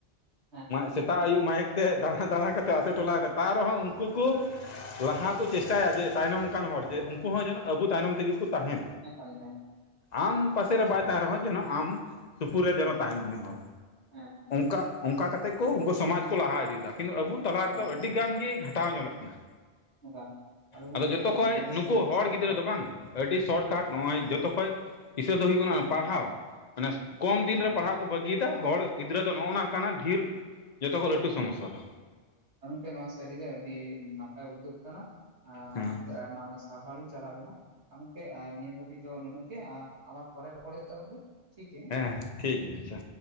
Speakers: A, on the right; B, on the left.
A: ᱦᱮᱸ
B: ᱥᱮᱛᱟᱜ ᱟᱹᱭᱩᱵ ᱢᱟᱭᱤᱠ ᱛᱮ ᱫᱟᱬᱟ ᱫᱟᱬᱟ ᱠᱟᱛᱮᱫ ᱟᱹᱛᱩ ᱴᱚᱞᱟ ᱨᱮ ᱛᱟᱣ ᱨᱮᱦᱚᱸ ᱩᱱᱠᱩ ᱠᱩ ᱞᱟᱦᱟ ᱠᱚ ᱪᱮᱥᱴᱟᱭᱟ ᱡᱮ ᱛᱟᱭᱱᱚᱢᱠᱟᱱ ᱦᱚᱲ ᱡᱮ ᱩᱱᱠᱩ ᱦᱚᱸ ᱡᱮᱱᱚ ᱟᱵᱚ ᱛᱟᱭᱱᱚᱢ ᱛᱮᱜᱮ ᱠᱚ ᱛᱟᱦᱮᱱ᱾
A: ᱮᱠᱟᱞ ᱜᱮ
B: ᱟᱢ ᱯᱟᱥᱮᱨᱮ ᱵᱟᱭ ᱛᱟᱦᱮᱱ ᱨᱮᱦᱚᱸ ᱡᱮᱱᱚ ᱟᱢ ᱥᱩᱯᱩᱨ ᱨᱮ ᱡᱮᱱᱚ ᱛᱟᱦᱮᱱ ᱩᱱᱤ ᱦᱚᱲ᱾
A: ᱦᱮᱸ
B: ᱚᱱᱠᱟ ᱚᱱᱠᱟ ᱠᱟᱛᱮᱫ ᱠᱚ ᱩᱱᱠᱩ ᱥᱚᱢᱟᱡᱽ ᱠᱚ ᱞᱟᱦᱟ ᱤᱫᱤᱭ ᱫᱟ ᱠᱤᱱᱛᱩ ᱟᱵᱚ ᱛᱟᱞᱟ
A: ᱮᱠᱟᱞ
B: ᱨᱮᱫᱚ
A: ᱮᱠᱟᱞ
B: ᱟᱹᱰᱤ ᱜᱟᱱ ᱜᱤ᱾ ᱛᱟᱣ ᱧᱮᱞᱚᱜ ᱠᱟᱱᱟ
A: ᱮᱠᱟᱞ ᱜᱚᱝᱠᱮ
B: ᱟᱫᱚ ᱡᱚᱛᱚ
A: ᱮ
B: ᱠᱷᱚᱡ
A: ᱱᱚᱣᱟ ᱫᱚ
B: ᱱᱩᱠᱩ
A: ᱥᱟᱹᱨᱤ ᱠᱟᱛᱷᱟ
B: ᱦᱚᱲ ᱜᱤᱫᱽᱨᱟᱹ
A: ᱟᱹᱰ
B: ᱫᱚ ᱵᱟᱝ᱾ ᱟᱹᱰᱤ ᱥᱚᱴ ᱠᱟᱴ ᱱᱚᱜᱼᱚᱭ ᱡᱚᱛᱚ ᱠᱷᱚᱡ ᱫᱤᱥᱟᱹ ᱫᱚ ᱦᱩᱭᱩᱜ ᱠᱟᱱᱟ ᱯᱟᱲᱦᱟᱣ᱾
A: ᱦᱮᱸ
B: ᱢᱟᱱᱮ ᱠᱚᱢ ᱫᱤᱱ
A: ᱦᱮᱸ
B: ᱨᱮ ᱯᱟᱲᱦᱟᱣ ᱠᱚ ᱵᱟᱹᱜᱤᱭ ᱫᱟ ᱦᱚᱲ ᱜᱤᱫᱽᱨᱟᱹ ᱫᱚ ᱱᱚᱜᱼᱚᱭ ᱠᱟᱱᱟ ᱰᱷᱮᱨ ᱡᱚᱛᱚ ᱠᱷᱚᱡ ᱞᱟᱹᱴᱩ ᱥᱚᱢᱚᱥᱥᱟ ᱫᱚ
A: ᱟ ᱜᱚᱝᱠᱮ ᱱᱚᱣᱟ ᱥᱟᱹᱨᱤ ᱜᱮ ᱟᱹᱰᱤ ᱱᱟᱯᱟᱭ ᱩᱫᱩᱜ ᱠᱟᱱᱟ
B: ᱦᱮᱸ
A: ᱚᱱᱟ ᱠᱷᱟᱹᱛᱤᱨ ᱟᱭᱢᱟ ᱟᱭᱢᱟ ᱨᱟᱣ ᱟᱫᱷᱟ ᱞᱤᱧ ᱪᱟᱞᱟᱣ ᱞᱮᱱᱟ ᱜᱚᱝᱠᱮ ᱱᱤᱭᱟᱹ ᱦᱟᱹᱵᱤᱡ ᱫᱚ ᱱᱩᱱᱟᱹᱜ ᱜᱮ ᱟᱨ ᱟᱵᱟᱨ ᱯᱚᱨᱮ ᱨᱚᱯᱚᱲ ᱦᱩᱭᱩᱜ ᱛᱟᱵᱚᱱᱟ ᱴᱷᱤ ᱜᱮ
B: ᱦᱮᱸ ᱴᱷᱤᱠ ᱜᱮᱭᱟ ᱟᱪᱪᱷᱟ